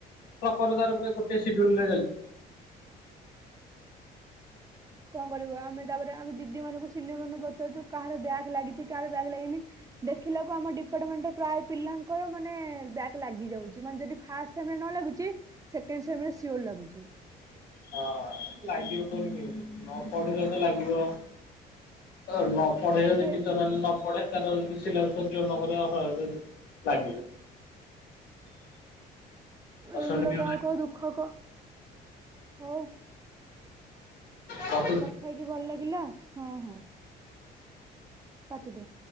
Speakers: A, on the left; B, on the right.
A: ପ୍ରପର ତାର ପୁରା ଗୋଟେ ସିଡୁଲେରେ ଚାଲିଚି।
B: କଣ କରିବୁ ଆମେ ତାପରେ ଆମେ ଦିଦି ମାନଙ୍କୁ ସିନିୟର୍ ମାନଙ୍କୁ ପଚାରୁଚୁ କାହାର ବ୍ୟାଗ୍ ଲାଗିଚି କାହାର ବ୍ୟାଗ୍ ଲାଗିନି ଦେଖିଲାକୁ ଆମ ଡିପାର୍ଟମେଣ୍ଟ ପ୍ରାୟ ପିଲାଙ୍କର ମାନେ ବ୍ୟା ଲାଗି ଯାଉଚି ମାନେ ଯଦି ଫାଷ୍ଟ ସେମ ନ ଲାଗୁଚି ସେକେଣ୍ଡ ସେମ ସିଓର ଲାଗୁଚି।
A: ହଁ ଲାଗିବନି କେମତି ନ ପଢିଲେ ତ ଲାଗିବ। ଅ ନ ପଢ଼େଇବଯଦି
B: ସେ
A: ଟିଚର୍ ହେନେ ନପଢେ ସେଟା ଯଦି ସିଲ ସିଲ ନକରେ ଅଜ ଲାଗିବ। ଦଶ
B: ଏଇଭଳିଆ
A: ମିନିଟ ହେଲା
B: କାହାକୁ ଆଉ ଦୁଃଖ କ ହଉ।
A: ହୋଉ ତ <unintelligible>
B: କଥା ହେଇକି ଭଲ ଲାଗିଲା ହଁ ହଁ। କାଟଦିଅ।